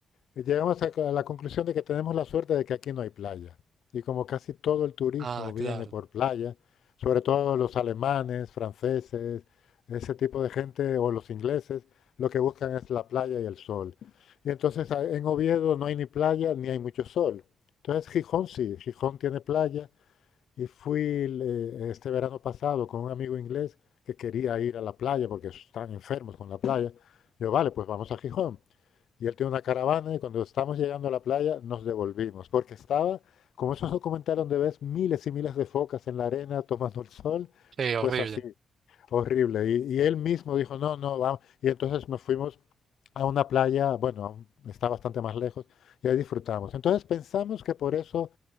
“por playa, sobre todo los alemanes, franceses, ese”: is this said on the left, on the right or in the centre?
Left